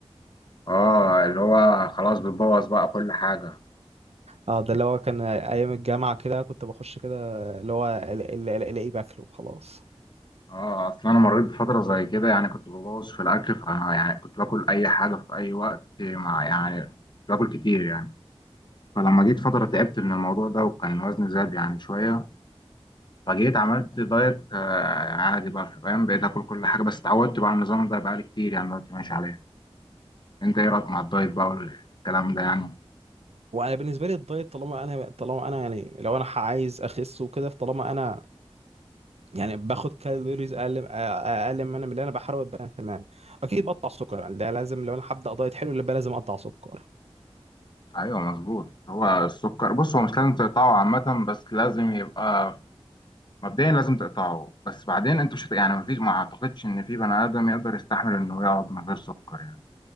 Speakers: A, on the left; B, on the right.
A: اه اللي هو خلاص بتبوظ بقى كل حاجه
B: اه ده اللي هو كان أيام الجامعة كده كنت بخش كده اللي هو ال- ال- ال- ألاقيه باكله وخلاص
A: اه اصل انا مريت بفتره زي كده يعني كنت ببوظ في الاكل ف يعني كنت باكل اي حاجه في اي وقت مع يعني كنت باكل كتير يعني فلما جيت فتره تعبت من الموضوع ده وكان وزني زاد يعني شويه فجيت عملت دايت آه عادي بقى فاهم بقيت اكل كل حاجه بس اتعودت بقى على النظام ده بقالي كتير يعني دلوقتي ماشي عليه انت ايه رايك مع الدايت بقى والكلام ده يعني
B: وانا بالنسبه لي الدايت طالما انا طالما انا يعني لو انا عايز اخس وكده فطالما انا يعني باخد كالوريز اقل اقل من اللي انا بحاول ابقى تمام اكيد بقطع سكر يعني ده لازم لو انا هبدا دايت حلو يبقى لازم اقطع سكر
A: ايوه مظبوط هو السكر بص هو مش لازم تقطعه عامه بس لازم يبقى مبدئيا لازم تقطعه بس بعدين انتوا مش هت- يعني مفيش ما اعتقدش ان في بني ادم يقدر يستحمل انه يقعد من غير سكر يعني